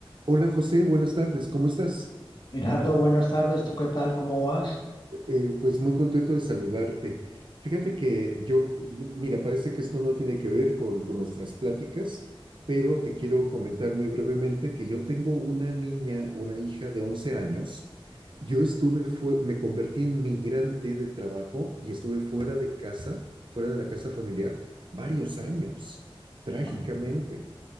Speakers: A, on the right; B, on the left.
A: Hola José, buenas tardes, ¿cómo estás?
B: Gerardo, buenas tardes. ¿Tú qué tal? ¿Cómo vas?
A: Eh, pues muy contento de saludarte. Fíjate que yo, mira, parece que esto no tiene que ver con, con nuestras pláticas, pero te quiero comentar muy brevemente que yo tengo una niña, una hija de 11 años. Yo estuve, fue, me convertí en migrante de trabajo y estuve fuera de casa, fuera de la casa familiar, varios años, trágicamente.
B: Ah,